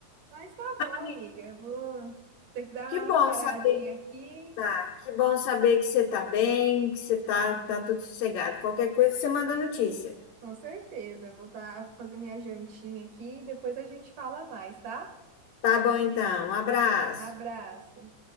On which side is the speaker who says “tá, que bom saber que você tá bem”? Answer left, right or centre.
Left